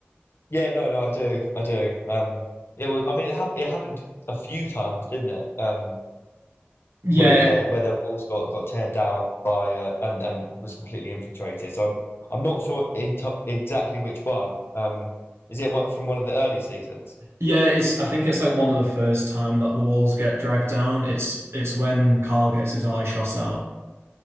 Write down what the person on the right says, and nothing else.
Yeah.
Yeah, it's I think it's like one of the first time that the walls get dragged down. It's it's when Carl gets his eye shot out.